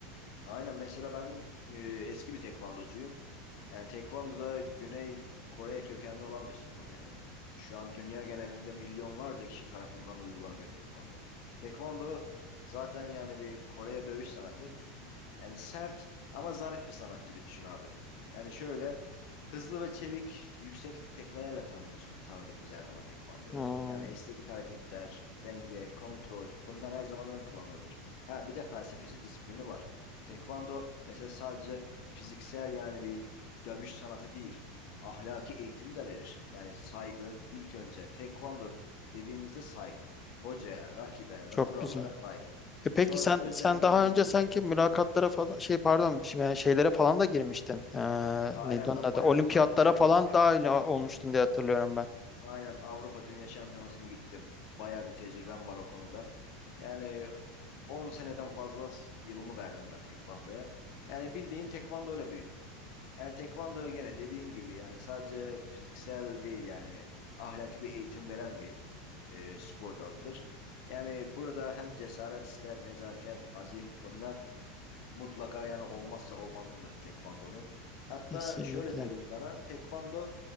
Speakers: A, on the left; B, on the left.
A: Aynen mesela ben e, eski bir tekvandocuyum. Yani tekvando da Güney Kore kökenli olan bir spor yani. Şu an dünya genelinde milyonlarca kişi tarafından uygulanıyor tekvando. Tekvando zaten yani bir Kore'ye dövüş sanatı. Yani sert ama zarif bir sanat gibi düşün abi. Yani şöyle Hızlı ve çevik, yüksek tekmelerle tanımış, tanıdık biz her zaman tekvandoyu.
B: Hmm,
A: Yani estetik hareketler, denge, kontrol bunlar her zaman ön plandadır. Ha bir de felsefesi, disiplini var. Tekvando mesela sadece fiziksel yani bir dövüş sanatı değil. Ahlaki eğitimi de verir. Yani saygı ilk önce. Tekvando dediğimizde saygı. Hocaya, rakibe
B: çok
A: ve kurallara
B: güzel.
A: saygı.
B: E peki
A: Sonra
B: sen
A: öz
B: sen
A: denetim
B: daha
A: gelir.
B: önce sanki mülakatlara falan şey pardon bir şey- yani şeylere falan da girmiştin. Ee,
A: Aynen
B: neydi onun
A: ben
B: adı?
A: bayan
B: Olimpiyatlara
A: müsabakalara
B: falan
A: gittim.
B: dahil olmuştun diye hatırlıyorum ben.
A: Aynen Avrupa Dünya Şampiyonası'na gittim. Bayağı bir tecrübem var o konuda. Yani 10 seneden fazla s- yılımı verdim ben tekvandoya. Yani bildiğin tekvandoyla büyüdüm. Yani tekvando gene dediğim gibi yani sadece fiziksel değil yani ahlaki bir eğitim veren bir e, spor dalıdır. Yani burada hem cesaret ister, nezaket, azim bunlar mutlaka yani olmazsa olmazındır tekvandonun. Hatta
B: Kesinlikle.
A: şöyle söyleyeyim sana, tekvando